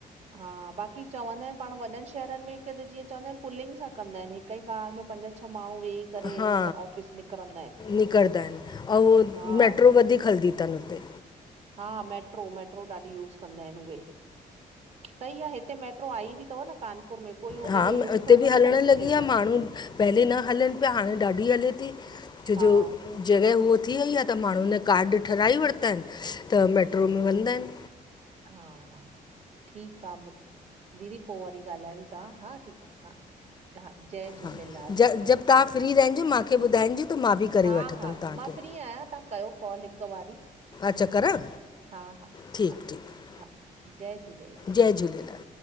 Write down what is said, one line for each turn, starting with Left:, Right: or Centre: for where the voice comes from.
Right: हा बाकी चवंदा आहिन पाण वॾन शहर शहरन में हिक त जीअं चवंदा आहिन पुलिंग सां कंदा आहिन हिक ई कार में पंज छह माण्हू वेही करे
Left: हा
Right: ऑफिस निकिरंदा आहिनि
Left: निकिरदा हिन ऐं
Right: हा
Left: मेट्रो वधीक हलंदी थन हुते
Right: हा मेट्रो-मेट्रो ॾाढी यूस कंदा आहिन उहे। सही आ हिते मेट्रो आई बि थव न कानपुर में? कोई हुनजो
Left: हा
Right: यूस
Left: हिते
Right: थोरो
Left: बि
Right: नथो
Left: हलण
Right: करे सुठे
Left: लॻी
Right: सां
Left: आ, माण्हू पहले न हलन पया, हाणे ॾाढी हले थी छो
Right: हा
Left: जो जॻह उअ थी वई आ, त माण्हुन कार्ड ठहाराए वरता आहिन त मेट्रो में वेंंदा आहिन।
Right: हा हा, ठीक आ दीदी पो वरी ॻाल्हायूं था हा ठीक आ, हा-हा जय झूलेलाल।
Left: हा ज जब तव्हां फ्री रहजो माखे ॿुधाइजो त मां बि करे
Right: हा-हा
Left: वठंदमि तव्हांखे
Right: मां फ्री आहियां, तव्हां कयो कॉल हिक वारी
Left: अच्छा
Right: हा-हा-हा-हा-हा,
Left: करां ठीकु ठीकु
Right: जय झूलेलाल।
Left: जय झूलेलाल